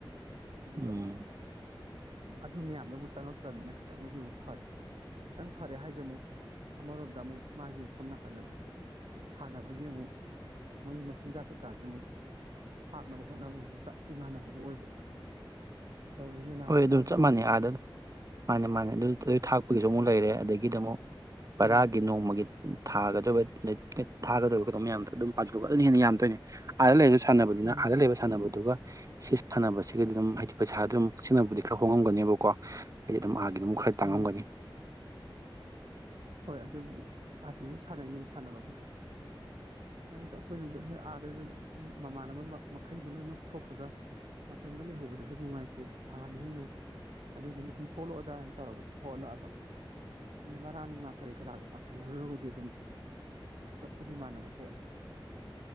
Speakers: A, on the right; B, on the right.
A: ꯑꯗꯨꯒ
B: ꯎꯝ
A: ꯑꯗꯨ ꯃꯌꯥꯝꯗꯨ ꯑꯃꯨꯛ ꯆꯪꯉꯛꯇ꯭ꯔꯕꯅꯤꯅ ꯈꯤꯇꯪꯕꯨꯗꯤ ꯑꯃꯨꯛ ꯐꯔꯦ ꯈꯤꯇꯪ ꯐꯔꯦ ꯍꯥꯏꯁꯦ ꯑꯃꯨꯛ ꯑꯃꯔꯣꯝꯗ ꯑꯃꯨꯛ ꯃꯥꯒꯤ ꯁꯣꯝ ꯅꯥꯀꯟꯗ ꯑꯥ ꯁꯥꯟꯅꯕꯒꯤ ꯑꯃꯨꯛ ꯃꯣꯏ ꯃꯆꯤꯟꯖꯥꯛ ꯀꯩꯀꯥꯁꯦ ꯑꯃꯨꯛ ꯊꯥꯛꯅꯕ ꯍꯣꯠꯅꯕꯁꯤꯁꯨ ꯆꯞꯇꯤ ꯃꯥꯟꯅꯕꯗꯤ ꯑꯣꯏꯕ꯫ ꯇꯧꯔꯤ ꯂꯤꯂꯥꯁꯤꯕꯣꯕ
B: ꯍꯣꯏ ꯑꯗꯨ ꯆꯞ ꯃꯥꯟꯅꯩ ꯑꯥꯗ ꯃꯥꯅꯦ ꯃꯥꯅꯦ ꯑꯗꯨ ꯑꯗꯨ ꯊꯥꯛꯄꯒꯤꯁꯨ ꯑꯃꯨꯛ ꯂꯩꯔꯦ ꯑꯗꯒꯤꯗꯤ ꯑꯃꯨꯛ ꯕꯔꯥꯒꯤ
A: ꯎꯝ
B: ꯅꯣꯡꯃꯒꯤ ꯊꯥꯗꯁꯨ ꯠ ꯊꯥꯒꯗꯣꯏꯔꯤꯕ ꯀꯩꯅ‌ꯣ ꯃꯌꯥꯝꯗꯣ ꯑꯗꯨꯝ ꯄꯥꯊꯣꯛꯑꯒ ꯑꯗꯨꯅ ꯍꯦꯟꯅ ꯌꯥꯝꯗꯣꯏꯅꯦ ꯑꯥꯗ ꯂꯩꯔ ꯁꯥꯟꯅꯕꯅꯤꯅ
A: ꯎꯝ
B: ꯑꯥꯗ ꯂꯩꯕ ꯁꯥꯟꯅꯕꯗꯨꯒ ꯁꯤ ꯁꯥꯟꯅꯕꯁꯤꯒꯗꯤ ꯑꯗꯨꯝ ꯍꯥꯏꯗꯤ ꯄꯩꯁꯥꯗꯨ ꯑꯗꯨꯝ ꯁꯤꯡꯅꯕꯨꯗꯤ ꯈꯔ ꯍꯣꯡꯉꯝꯒꯅꯦꯕꯀꯣ ꯍꯥꯏꯗꯤ ꯑꯗꯨꯝ ꯑꯥꯒꯤ ꯅꯃꯨꯛ ꯈꯔ ꯇꯥꯡꯉꯝꯒꯅꯤ꯫
A: ꯎꯝ ꯍꯣꯏ ꯑꯗꯨꯕꯨꯗꯤ ꯑꯗꯥꯁꯨ ꯁꯥꯟꯅꯩꯅꯦꯕ ꯁꯥꯟꯅꯕꯕꯨꯗꯤ ꯃꯥꯅ‌ꯦꯗ ꯑꯩꯈꯣꯏꯅꯁꯨ ꯍꯦꯛ ꯑꯥꯗ ꯑꯗꯨꯝ ꯃꯃꯥꯟꯅꯕ ꯃꯈꯩꯗꯣ ꯂꯣꯏꯅꯃꯛ ꯊꯣꯛꯈ꯭ꯔꯒ ꯃꯇꯣꯝꯗ ꯂꯩꯍꯧꯕꯗꯁꯨ ꯅꯨꯡꯉꯥꯏꯇꯦ ꯊꯥ ꯑꯅꯤ ꯍꯨꯝꯗꯨ ꯃꯨꯛ ꯑꯗꯨꯗꯨꯅ ꯑꯗꯨꯝ ꯊꯣꯛꯂꯛꯑꯣꯗꯥꯅ ꯇꯧꯔꯒ ꯑꯗꯨꯝ ꯊꯣꯛꯍꯜꯂꯛꯑꯕ ꯑꯟꯗ ꯚꯔꯥ ꯅꯨꯡꯂ ꯀꯔꯤ ꯀꯔꯒ ꯄꯥꯁꯟꯅꯔꯨꯔꯒꯗꯤ ꯑꯗꯨꯝ ꯆꯞꯄꯨꯗꯤ ꯃꯥꯟꯅꯕ ꯄꯣꯠꯅꯤ